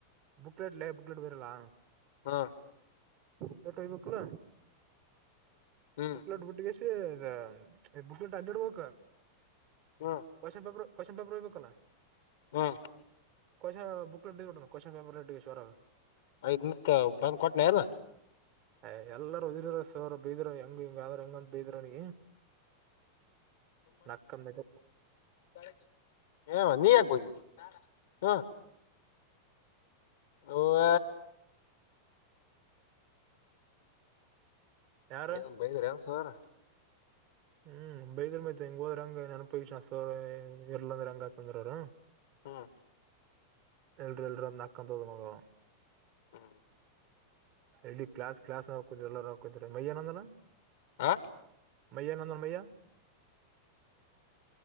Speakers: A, on the right; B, on the left.
A: ಬಕ್ಲಲೆಟ್ಲ್ಲೇ ಬಕ್ಲೆಟ್ ಬರಲ್ಲಾ
B: ಹಾ
A: ಲಲೆಟ್ ಹಬೇಕ ಕಲ್ಲ
B: ಹ್ಮ್
A: ಪ್ಲಡ್ ುಟಿಗೆ ಮ ಬುಕ್ಕ ಇಟ್ಟ ಅಜಡು ಬೋಕ
B: ಹ್ಮ
A: ಕ್ಶ್ನ್ ಪೇಪರ್್ ಕೊ್ನ್ ಪೇಪರ್ ಹೋಗ್ಬೇಕಲ್ಲ
B: ಹಾ
A: ಕೊ ಬುಕ್ ಎಟ್ಟ ಬಿಡ ಕೊಸ್ನ್ಪರ್ ಎಟ್ಟರ
B: ಯ್ದ ನಿತ್ ಬಂದ್ ಕೊಟ್ಟನ ಅ
A: ಅ ಎಲ್ಲರ ಉದಿರ ಸರ್ ಬೈದಿರ ಹೆಂಗ ಹಿಂಗಾದ್ರ ಹೆಂಗಂತ ಬೈದಿರ ನ ನಕ್ಕ ಮೆದು
B: ಕಳಕ್ ಆ ನೀ ಯಾಕ ಹೋಗಿದ್ದಿ ಹಾ ಅವ್ವ
A: ಯಾರ
B: ಏನ್ ಬೈದ್ರ ಅ ಸುಹರ
A: ಹ್ಮ್ ಬೈದರ್ ಮೈತ್ ಹಂಗ ಹೋದ್ರ ಹಂಗನ್ ಅನ್ಪವಿ ಇರ್ಲಂದ್ರ ಹಂಗಕುಂದ್ರನ
B: ಹ್ಮ್
A: ಎಲ್ರಿ ಎಲ್ರ ಅಂದ ಅಕ್ಕಂತ ಹದ ಮಗವ
B: ಹ್ಮ್
A: ಎಲ್ ಕ್ಲಾಸ್ ಕ್ಲಾಸ್ ಹಾಕುದ್ರಿ ಎಲ್ಲರ ಹಾಕಿದ್ರಿ ಮಯ್ಯನಂದನ
B: ಹ
A: ಮೈಯ್ಯಾ ನಾನ ಮಯ್ಯ